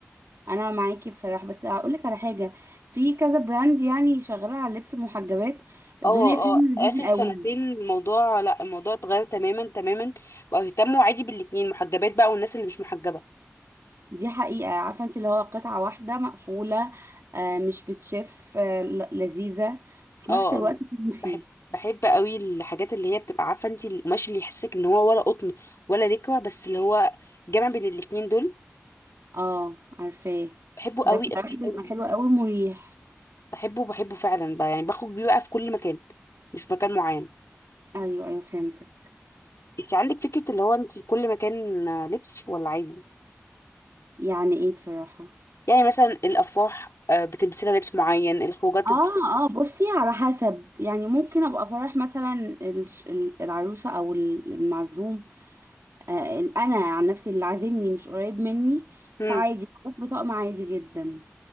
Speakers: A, on the right; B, on the left.
A: انا معاكي بصراحة بس هقولك على حاجة في كذا براند يعني شغالة على لبس المحجبات الدنيا
B: اه
A: فيهم
B: اه
A: لذيذة
B: اخر سنتين
A: قوي
B: الموضوع لا الموضوع اتغير تماما تماما بقى يهتموا عادي بالاتنين محجبات بقى والناس اللي مش محجبة
A: دي حقيقة عارفة انت اللي هو قطعة واحدة مقفولة آه مش بتشف آه ل- لذيذة في
B: اه
A: نفس الوقت
B: اه
A: فيه
B: بحب بحب قوي الحاجات اللي هي بتبقى عارفه انت القماش اللي يحسك ان هو ولا قطن ولا لكوه بس اللي هو جمع بين الاتنين دول
A: اه عارفاه
B: بحبه
A: ده
B: قوي
A: بصراحة
B: قوي
A: بيبقى
B: قوي
A: حلو قوي مريح
B: بحبه بحبه فعلا بقى يعني بخرج بيه بقى في كل مكان مش مكان معين
A: ايوه ايوه فهمتك
B: انت عندك فكره اللي هو انت كل مكان آه، لبس ولا عادي
A: يعني ايه بصراحة
B: يعني مثلا الافراح آه، بتلبسي لها لبس معين الخروجات
A: اه
B: بت...
A: اه بصي على حسب يعني ممكن ابقى فرح مثلا الش- ال- العروسة او ال- المعزوم آه ال- انا عن نفسي اللي عازمني مش قريب مني
B: مم.
A: فعادي بروح بطقم عادي جدا